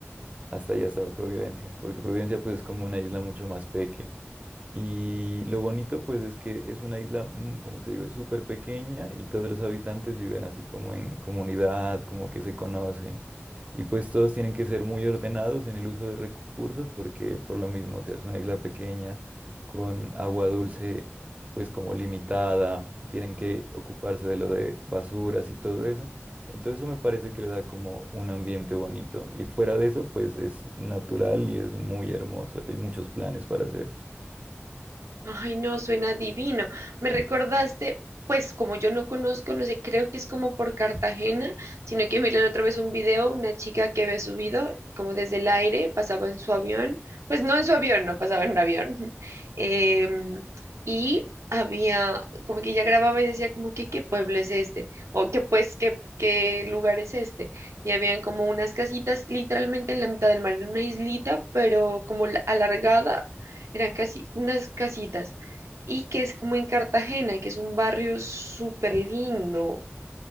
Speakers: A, on the right; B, on the right.
A: hasta allá hasta Providencia, porque Providencia pues es como una isla mucho más pequeña. Y lo bonito, pues, es que es una isla, mm, como te digo, es súper pequeña y todos los habitantes viven así como en comunidad, como que se conocen. Y pues todos tienen que ser muy ordenados en el uso de recursos porque por lo mismo, o sea, es una isla pequeña con agua dulce, pues como limitada, tienen que ocuparse de lo de basuras y todo eso. Entonces eso me parece que le da como un ambiente bonito. Y fuera de eso, pues es natural y es muy hermoso. Hay muchos planes para hacer.
B: Ay, no, suena divino. Me recordaste, pues como yo no conozco, no sé, creo que es como por Cartagena, sino que miré la otra vez un video, una chica que había subido como desde el aire, pasaba en su avión, pues no en su avión, no pasaba en un avión. <laughs> Em, y había, como que ella grababa y decía como que qué pueblo es este, o que pues qué, qué lugar es este. Y habían como unas casitas literalmente en la mitad del mar, en una islita, pero como la- alargada eran casi unas casitas, y que es como en Cartagena, que es un barrio súper lindo,